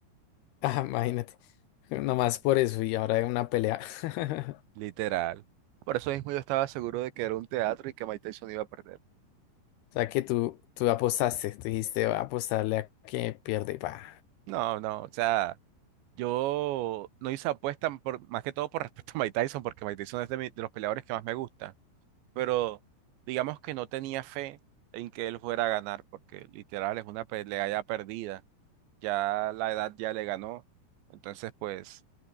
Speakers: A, on the left; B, on the right.
A: <laughs> Ah, imagínate. Nomás por eso y ahora hay una pelea. <laughs>
B: literal. Por eso mismo yo estaba seguro de que era un teatro y que Mike Tyson iba a perder.
A: O sea que tú, tú apostaste, tú dijiste, "Voy a apostarle a que pierde. Pa.
B: No, no, o sea, yo no hice apuesta por, más que todo por <laughs> respeto a Mike Tyson, porque Mike Tyson es de, mi- de los peleadores que más me gusta, pero digamos que no tenía fe en que él fuera a ganar, porque literal es una pelea ya perdida. ya la edad ya le ganó, entonces pues